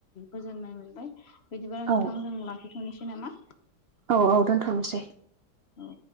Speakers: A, on the left; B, on the right.
A: गोजोननाय मोनबाय बिदिबा नोंथां
B: औ
A: जों ला दोनथनोसै नामा?
B: औ औ दोनथ'नोसै।
A: औ।